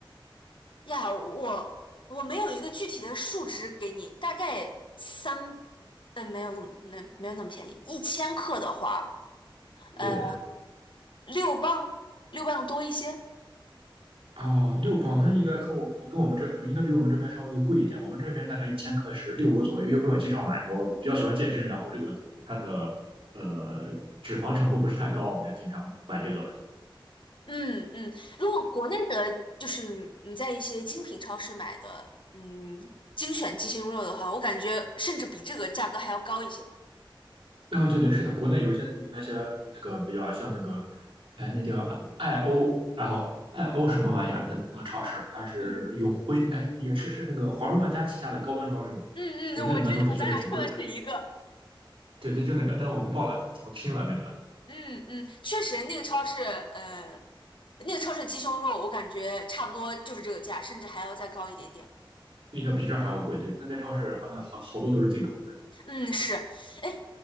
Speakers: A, on the left; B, on the right.
A: 呀，我我没有一个具体的数值给你，大概三，呃，没有那么没没有那么便宜，一千克的话，呃，
B: 对，
A: 六磅六磅多一些。
B: 哦，六磅，那应该跟我跟我们这应该比我们这边稍微贵一点。我们这边大概一千克是六欧左右，因为我经常买，我比较喜欢健身，然后这个它的呃脂肪成分不是太高，我就经常买这个。
A: 嗯嗯，如果国内的，就是你在一些精品超市买的，嗯，精选鸡胸肉的话，我感觉甚至比这个价格还要高一些。
B: 啊、对对，是的，国内有些有那些那个比较像那个，哎，那叫爱欧，然后爱欧什么玩意儿？那个那个超市，它是永辉，
A: 嗯
B: 哎，也是是那个华润万家旗下的高端超市嘛。
A: 嗯嗯，
B: 对，那里面东西确实挺贵的。
A: 我知道，咱俩说的是一个。
B: 对对，就那个，但我们忘了怎么拼了那个。
A: 嗯嗯，确实，那个超市，呃，那个超市的鸡胸肉，我感觉差不多就是这个价，甚至还要再高一点点。
B: 应该比这儿还要贵，对，那边超市好像好好多都是进口
A: 嗯，是，哎，